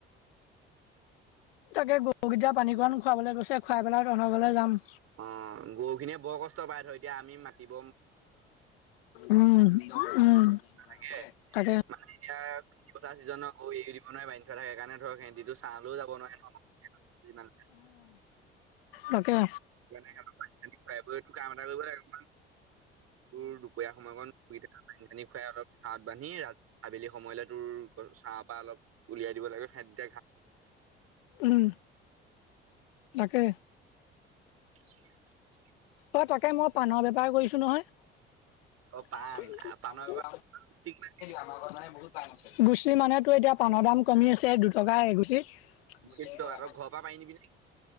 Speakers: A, on the left; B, on the right.
A: তাকে গৰুকেইতা পানীকণ খুৱাবলৈ গৈছে খুৱাই পেলাই তহঁতৰ ঘৰলৈ যাম।
B: অ গৰুখিনিয়ে বৰ কষ্ট পায় ধৰ এতিয়া আমি মাতি
A: উম, উম,
B: ৰুগে
A: তাকে।
B: মানে এতিয়া খেতিপথাৰ চিজনত গৰু এৰি দিব নোৱাৰে বান্ধি থোৱা থাকে কাৰনে ধৰক সেহতিটো চাহলেও যাব নোৱাৰে। ন যিমান
A: উ কে
B: মানে সিহঁতক পানী চানী খুৱাই বোৱাই তোৰ কাম এটা কৰিব লাগিব তোৰ দুপৰীয়া সময়কণ <unintelligible> পানী খুৱাই অলপ চাঁত বান্ধি ৰা আবেলি সময়লৈ তোৰছ চাহপ পৰা অলপ উলিয়াই দিব লাগে খাদ্য
A: উম তাকে
B: <unintelligible>
A: অ তাকে মই পাণৰ বেপাৰ কৰিছোঁ নহয়
B: অ' পাণ
A: পানে
B: আ, পাণৰ বেপাৰ
A: লে
B: টকা
A: আমাৰ ঘৰ মানে বহুত পান আছে গুচ চি মানেতো এতিয়া পানৰ দাম কমি আছে দুটকা এগুচি উম
B: তই
A: ঘৰ
B: ঘৰৰ পৰা পাৰি নিবি নে